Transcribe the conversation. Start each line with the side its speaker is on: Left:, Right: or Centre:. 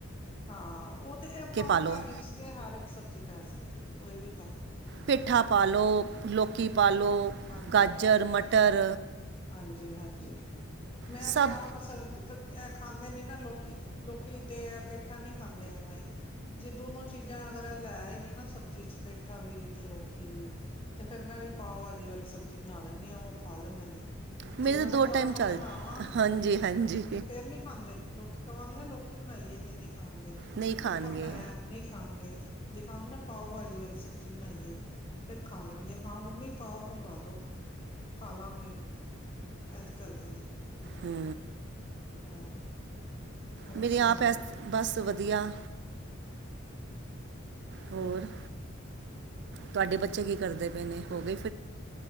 Left: ਹਾਂ, ਉਹ ਤੇ ਪਾਓ
Right: ਪਾ ਲਓ
Left: ਬਾਜੀ 'ਚ ਤੇ ਹਰ ਇੱਕ ਸਬਜ਼ੀ ਪੈ ਸਕਦੀ, ਕੋਈ ਵੀ ਪਾ ਲਓ
Right: ਪੇਠਾ ਪਾ ਲਓ, ਲੋਕੀ ਪਾ ਲਓ,
Left: ਹਾਂਜੀ,
Right: ਗਾਜਰ, ਮਟਰ
Left: ਹਾਂਜੀ- ਹਾਂਜੀ, ਮੈਂ
Right: ਸਭ
Left: ਤੇ ਆਪ ਸਰਦੀ ਖਾਂਦੇ ਨੀ ਨਾ ਲੋਕੀ ਲੋਕੀ ਤੇ ਪੇਠਾ ਨੀ ਖਾਂਦੇ ਵੇਂ ਜੇ ਦੋਨੋ ਚੀਜ਼ਾਂ ਅਗਰ ਇਹ ਲੈਏ ਨੇ ਨਾ ਸਬਜ਼ੀ ਚ ਪੇਠਾ ਵੀ ਤੇ ਲੋਕੀ ਵੀ ਤੇ ਫੇਰ ਮੈਂ ਵੀ ਪਾਓ ਭਾਜੀ ਵਾਲੀ ਸਬਜ਼ੀ ਬਣਾ ਦਿੰਦੀ ਹਾਂ ਉਹ ਖਾ ਲੈਂਦੇ ਨੇ
Right: ਮੇਰੇ
Left: ਜੇ ਮੈਂ
Right: ਤਾਂ ਦੋ
Left: ਵੱਖਰਾ
Right: ਟਾਈਮ
Left: ਵੱਖਰਾ
Right: ਚੱਲ
Left: ਬਣਾਵਾਂ
Right: ਹਾਂਜੀ ਹਾਂਜੀ
Left: ਤੇ ਫੇਰ ਨੀ ਖਾਂਦੇ ਲੋਕੀ ਕਵਾਂਗੀ ਨਾ ਲੋਕੀ ਬਣਾਈਏ ਤੇ ਨਹੀਂ ਖਾਣਗੇ
Right: ਨਹੀਂ ਖਾਣਗੇ
Left: ਪੇਠਾ ਬਣਾਇਆ ਨਹੀਂ ਖਾਣਗੇ ਜੇ ਕਵਾਂਗੀ ਨਾ ਪਾਓ ਭਾਜੀ ਵਾਲੀ ਸਬਜ਼ਜੀ ਬਣਾਈ ਏ ਫੇਰ ਖਾ ਲਾਂਗੇ ਹਾਂ ਮੰਮੀ ਪਾਓ ਮੰਗਾ ਦੋ ਖਾ ਲਾਂਗੇ ਇਂਝ ਕਰਦੇ ਨੇ
Right: ਹੂ
Left: ਹਾਂ ਹੋਰ
Right: ਮੇਰੇ
Left: ਸੁਣਾਓ
Right: ਆਪ ਐ ਬਸ ਵਧੀਆ ਹੋਰ ਤੁਹਾਡੇ ਬੱਚੇ ਕੀ ਕਰਦੇ ਪਏ ਨੇ, ਹੋ ਗਏ